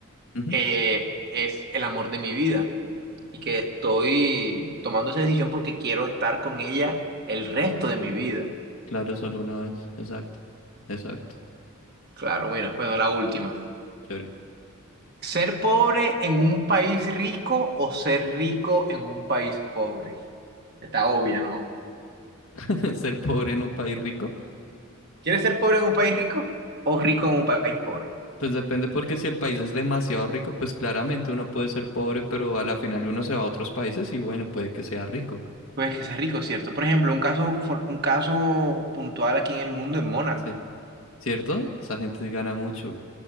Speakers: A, on the left (about 70°); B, on the right (about 50°).
A: Ujú,
B: eh, es el amor de mi vida y que estoy tomando esa decisión porque quiero estar con ella el resto de mi vida.
A: Claro, solo una vez. Exacto. Exacto.
B: Claro, mira, bueno, la última.
A: Chévere.
B: ¿Ser pobre en un país rico o ser rico en un país pobre? Está obvia, ¿no?
A: <laughs> Ser pobre en un país rico
B: ¿Quieres ser pobre en un país rico o rico en un país pobre?
A: Pues depende porque si el país es demasiado rico, pues claramente uno puede ser pobre, pero a la final uno se va a otros países y bueno, puede que sea rico.
B: Pues que seas rico, ¿cierto? Por ejemplo, un caso, for- un caso puntual aquí en el mundo es Mónaco.
A: Sí. ¿Cierto? Esa gente gana mucho.